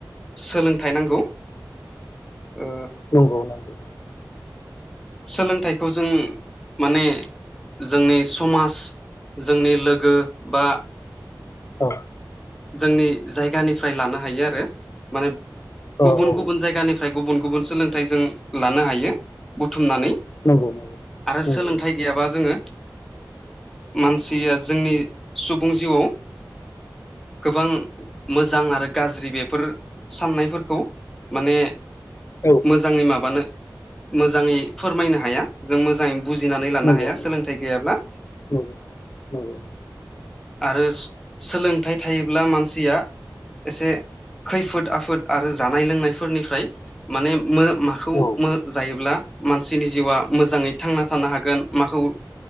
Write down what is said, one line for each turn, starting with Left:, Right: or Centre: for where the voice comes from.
Centre: सोलोंथाइ नांगौ ओ
Left: नंगौ नंगौ
Centre: सोलोंथाइखौ जों माने जोंनि समाज जोंनि लोगो बा
Left: औ
Centre: जोंनि जायगानिफ्राय लानो दि आरो माने
Left: औ
Centre: गुबुन
Left: औ
Centre: गुबुन जायगनि फ्राय गुबुन गुबुन सोलोंथाइ जों लानो हायो बुथुमनानै
Left: नंगौ नंगौ
Centre: आरो
Left: नंगौ
Centre: सोलोंथाइ गैयाबा जोंङो मानसिया जोंनि सुबुं जिउआव गोबां मोजां आरो गाज्रि बेफोर साननायफोरखौ माने
Left: औ
Centre: मोजांङै माबानो मोजांङै फोरमायनो हाया जों मोजांङै बुजिनानै लानो
Left: नंगौ
Centre: हाया
Left: नंगौ
Centre: सोलोंथाइ गैयाब्ला
Left: नंगौ नंगौ
Centre: आरो सोलोंथाइ थायोब्ला मानसिया एसे खैफोद आफोद आरो जानाय लोंनायफोरनिफ्राय माने मो माखौ
Left: औ
Centre: मो जायोब्ला मानसिनि जिउआ मोजांङै थांना थानो हागोन माखौ